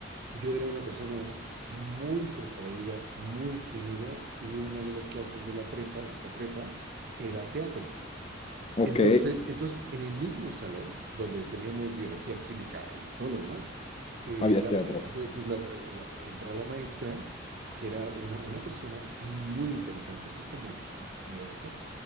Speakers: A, on the right (about 55°); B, on the left (about 30°).
A: Yo era una persona muy retraída, muy tímido, y una de las clases de la prepa, de esta prepa, era teatro.
B: Ok,
A: Entonces, entonces, en el mismo salón donde teníamos biología, química y todo lo demás, eh,
B: había
A: la-
B: teatro.
A: eh, pues, pues la- eh, la- entra la maestra, que era una, una persona muy interesante, así como hipiosa,